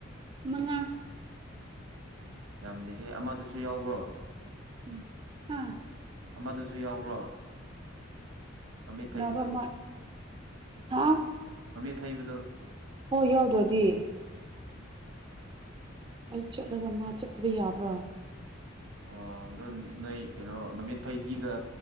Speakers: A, on the right; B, on the right.
A: ꯃꯉꯥ
B: ꯌꯥꯝꯗꯦꯍꯦ ꯑꯃꯗꯨꯁꯨ ꯌꯥꯎꯕ꯭ꯔꯣ
A: ꯎꯝ ꯑꯥ
B: ꯑꯃꯗꯨꯁꯨ ꯌꯥꯎꯕ꯭ꯔꯣ ꯃꯃꯤꯠ
A: ꯀꯅꯥꯔꯣ
B: ꯐꯩꯕꯗꯣ
A: ꯃ ꯍꯥ
B: ꯊꯩꯕꯗꯣ
A: ꯍꯣꯏ ꯌꯥꯎꯗ꯭ꯔꯗꯤ ꯑꯩ ꯆꯠꯂꯒ ꯃꯥ ꯆꯠꯇꯕ ꯌꯥꯕ꯭ꯔꯥ
B: ꯑꯣ ꯑꯗꯨꯗꯣ ꯅꯣꯏ ꯀꯩꯅꯣ ꯃꯃꯤꯠ ꯐꯩꯕꯤꯒ